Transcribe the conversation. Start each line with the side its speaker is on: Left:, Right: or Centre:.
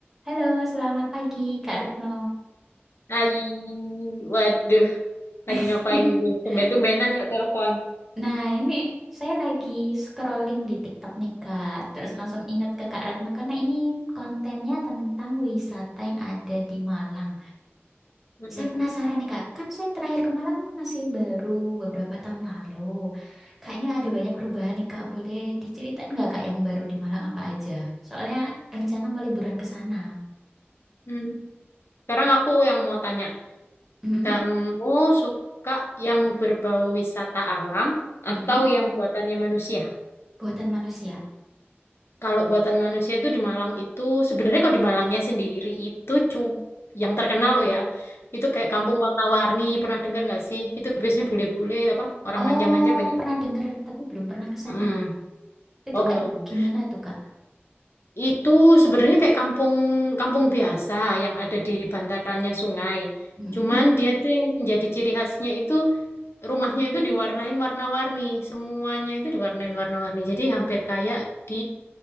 Centre: Halo, selamat pagi Kak Retno.
Left: Hai, waduh, lagi ngapain
Centre: <laughs>
Left: ini? Tumben-tumbenan nggak telepon.
Centre: Nah, ini saya lagi scrolling di TikTok nih Kak, terus langsung ingat ke Kak Retno karena ini kontennya tentang wisata yang ada di Malang.
Left: Mm-mm.
Centre: Saya penasaran nih Kak, kan saya terakhir ke Malang masih baru beberapa tahun lalu. Kayaknya ada banyak perubahan nih Kak, boleh diceritain nggak Kak yang baru di Malang apa aja? Soalnya rencana mau liburan ke sana.
Left: Hmm. Sekarang aku yang mau tanya,
Centre: Mm-mm,
Left: kamu suka yang berbau wisata alam
Centre: mm-mm,
Left: atau yang buatannya manusia?
Centre: buatan manusia.
Left: Kalau buatan manusia itu di Malang itu, sebenarnya kalau di Malangnya sendiri itu cu yang terkenal loh ya, itu kayak kampung warna-warni, pernah dengar nggak sih? Itu biasanya bule-bule apa orang
Centre: Oh,
Left: manja-manja banyak.
Centre: pernah denger tapi belum pernah ke sana.
Left: Mm-mm.
Centre: Itu
Left: Oh
Centre: kak
Left: belum.
Centre: gimana tuh kak?
Left: Itu sebenarnya kayak kampung kampung biasa yang ada di bantarannya sungai.
Centre: Mm-mm,
Left: Cuman dia tuh yang jadi ciri khasnya itu rumahnya itu diwarnain warna-warni, semuanya itu diwarnain warna-warni. Jadi hampir kayak di